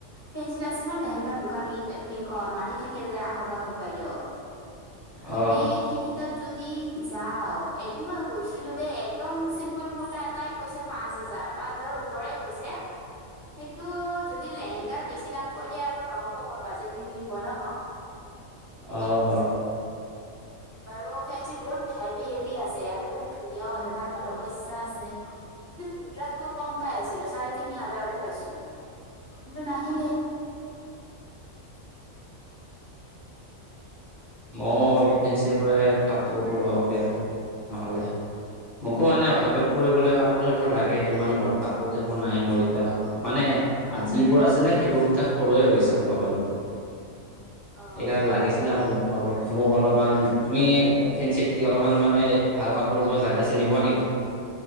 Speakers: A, on the left; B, on the right.
A: ফেঞ্চিত আছে ন লেহেংগাৰ দোকান কে কেইখন মাতি থাকে যে আহক, আহক বাইদেউ। মানে
B: অ
A: সেইকেইটাত য'ত ঠিক যাওঁ, এদিন মই গৈছিলোঁ দেই, একদম চিম্পুল কুৰটা এটাই কৈছে পাঁচ হাজাৰ পাঁচ হাজাৰ ওপৰে কৈছে, সেইটো যদি লেহেংগাৰ বেছি দাম কৈ দিয়ে আৰু নহ'ব। মোৰ বাজেট নিমিলিব ন।
B: অ' হ।
A: বাৰু ফেঞ্চি বহুত হেভি হেভি আছে আৰু বহুত ধুনীয়াও আছে, তাৰ পৰা ল'ব ইচ্ছা আছে, কিন্ত মিনট্ৰাত মই কম পাই আছিলো, চাৰে তিনি হাজাৰতে পাইছো। কিন্তু নাহিলে।
B: ময়ো অলপ ফেঞ্চিৰ পৰাই কাপোৰবোৰ লওঁগৈ আৰু নহ'লে। মোকো মানে ভালকে ফুৰিবলৈ কাপোৰ-চাপোৰ লাগে, ইমান ঘৰত কাপোৰ-চাপোৰ নাই মোৰ এতিয়া, মানে আৰু যিবোৰ আছিলে সেইবোৰ এতিয়া সৰুৱে হৈ গৈছে ক'ব গ'লে।
A: অ
B: সেইকাৰণে লাগিছিলে আকৌ মোক। কাপোৰ মোক অলপমান, তুমি ফেঞ্চিত কি অলপমান মানে ভাল কাপোৰ পোৱা জাগা চিনি পোৱা নেকি?